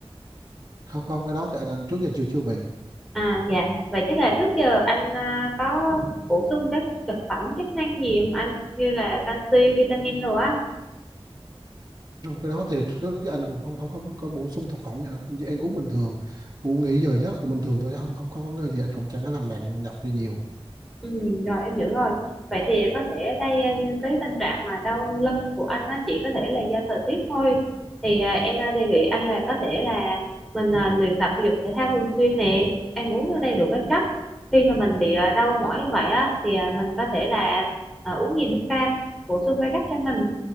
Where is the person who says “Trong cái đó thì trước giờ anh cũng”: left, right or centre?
Right